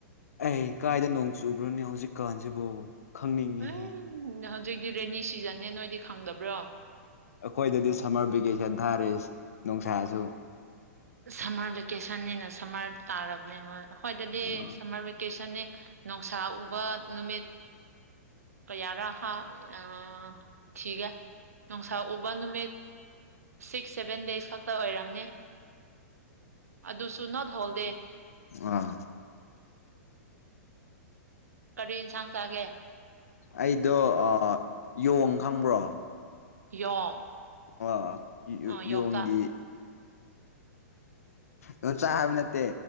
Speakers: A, on the left; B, on the right.
A: ꯑꯩ ꯀꯥꯏꯗ ꯅꯣꯡ ꯆꯨꯕ꯭ꯔꯅꯦ ꯍꯧꯖꯤꯛꯀꯥꯟꯁꯤꯕꯨ ꯈꯪꯅꯤꯡꯉꯤꯍ
B: ꯎꯝ ꯍꯧꯖꯤꯛꯇꯤ ꯔꯦꯅꯤ ꯁꯤꯖꯟꯅꯦ ꯅꯣꯏꯗꯤ ꯈꯪꯗꯕ꯭ꯔꯣ
A: ꯑꯩꯈꯣꯏꯗꯗꯤ ꯁꯝꯃꯔ ꯚꯦꯀꯦꯁꯟ ꯊꯥꯔꯦ ꯅꯨꯡꯁꯥꯁꯨ
B: ꯁꯝꯃꯔ ꯚꯦꯀꯦꯁꯟꯅꯤꯅ ꯁꯝꯃꯔ ꯇꯥꯔꯕꯅꯦ ꯍꯣꯏ ꯑꯩꯈꯣꯏꯗꯗꯤ
A: ꯎꯝ
B: ꯁꯝꯃꯔ ꯚꯦꯀꯦꯁꯟꯅꯦ ꯅꯨꯡꯁꯥ ꯎꯕ ꯅꯨꯃꯤꯠ ꯀꯌꯥꯔꯥ ꯈꯥ ꯑ ꯊꯤ ꯒꯦ ꯅꯨꯡꯁꯥ ꯎꯕ ꯅꯨꯃꯤꯠ ꯁꯤꯛꯁ ꯁꯚꯦꯟ ꯗꯦꯖ ꯈꯛꯇ ꯑꯣꯏꯔꯝꯅꯤ ꯑꯗꯨꯁꯨ ꯅꯣꯠ ꯍꯣꯜꯗꯦ
A: ꯑꯥ
B: ꯀꯔꯤ ꯏꯟꯁꯥꯡ ꯆꯥꯒꯦ
A: ꯑꯩꯗꯣ ꯌꯣꯡ ꯈꯪꯕ꯭ꯔꯣ
B: ꯌꯣꯡ
A: ꯋꯥ ꯌ
B: ꯑ ꯌꯣꯡꯆꯥꯛ
A: ꯌꯣꯡꯒꯤ ꯌꯣꯟꯆꯥꯛ ꯍꯥꯏꯕ ꯅꯠꯇꯦ